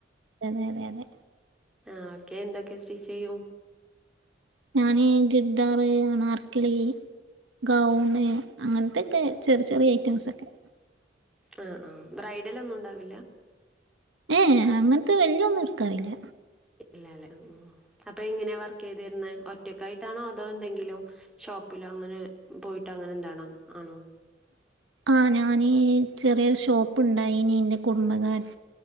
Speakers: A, on the right; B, in the centre.
A: അതെ അതെ അതെ
B: ആ ഓക്കെ എന്തൊക്കെ സ്റ്റിച്ച് ചെയ്യും
A: ഞാന് ചുടിദാർ ആനാർക്കലി ഗൗണ് അങ്ങനത്തെ ഒക്കെ ചെറിയ ചെറിയ ഐറ്റംസ് ഒക്കെ
B: ആ ആ ബ്രൈഡലൊന്നും ഉണ്ടാവില്ല
A: ഏ അങ്ങനത്തെ വല്യൊന്നും എടുക്കാറില്ല
B: ഇല്ലല്ലോ അപ്പൊ എങ്ങനെ വർക്ക് ചെയ്തിരുന്നത് ഒറ്റക്കായിട്ടാണോ അതോ എന്തെങ്കിലും ഷോപ്പില അങ്ങനെ പോയിട്ട് അങ്ങനെ എന്താണ് ആണോ
A: ആ ഞാനീ ചെറിയൊരു ഷോപ്പുണ്ടായി ഇനി എന്റെ കുടുംബകാരൻ